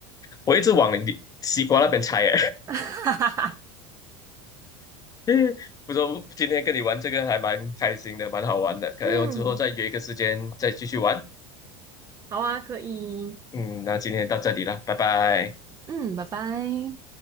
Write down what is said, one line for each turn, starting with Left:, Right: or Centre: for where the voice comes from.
Left: 我一直往你西瓜那边猜耶。
Right: <laughs> 哈哈哈，
Left: <laughs> 不过今天跟你玩这个还蛮开心的，蛮好玩的，可能我之后再约一个时间再继续玩。
Right: 嗯，好啊，可以，
Left: 嗯，那今天到这里了，拜拜。
Right: 嗯，拜拜。